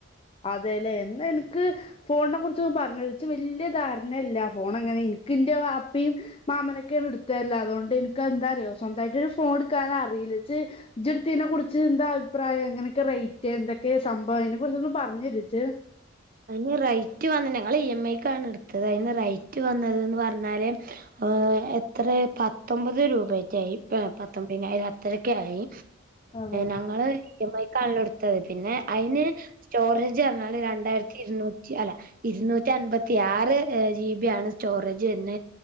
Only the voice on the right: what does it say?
അയിന് റൈറ്റ് വന്നത് ഞങ്ങള് ഇ എം ഐക്കാണ് ഇട്ത്തത് അതിന് റൈറ്റ് വന്നത് ന്ന്പറഞ്ഞാല് ഏ ഹഎത്രേ പത്തൊമ്പത് രൂപേറ്റായി പത്തൊമ്പതിനായിരം അത്രക്കായി
ഞങ്ങള് ഇ എം ഐക്കണല്ലോ ഇട്ത്തത് പിന്നെ അയിന് സ്റ്റോറേജ് പറഞ്ഞാല് രണ്ടായിരത്തി ഇരുന്നൂറ്റി അല്ല ഇരുന്നൂറ്റി അൻമ്പത്തി ആറ് ജി ബി ആണ് സ്റ്റോറേജ് വര്ന്ന.